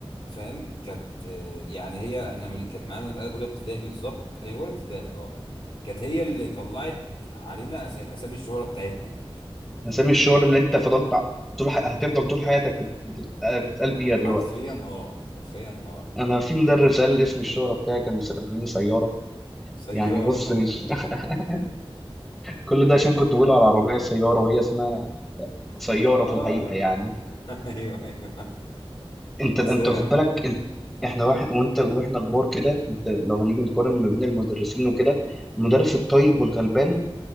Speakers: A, on the left (about 70°); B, in the centre.
A: فاهم كانت آه، يعني هي احنا من كانت معانا اولى ابتدائي بالظبط ايوه اولى ابتدائي اه كانت هي اللي طلعت علينا أس- اسامي الشهرة بتاعتنا يا زميلي
B: مسام الشعور اللي أنت فضلت ع- طول ح... هتفضل طول حياتك بت... بت... بتقال بيها
A: حرفيا
B: دلوقتي
A: اه حرفيا اه
B: أنا في مدرس قال اسم الشهرة بتاعي كان مسميني سيارة
A: سيارة
B: يعني بص
A: <laughs>
B: مش <laughs> كل ده عشان كنت بقول على العربية سيارة وهي اسمها سيارة
A: اه
B: في الحقيقة يعني
A: <laughs> ايوه ايوه
B: انت
A: بس
B: انت
A: هي
B: واخد بالك انت احنا واحد وانت واحنا كبار كده انت لو هنيجي نقارن ما بين المدرسين وكده المدرس الطيب والغلبان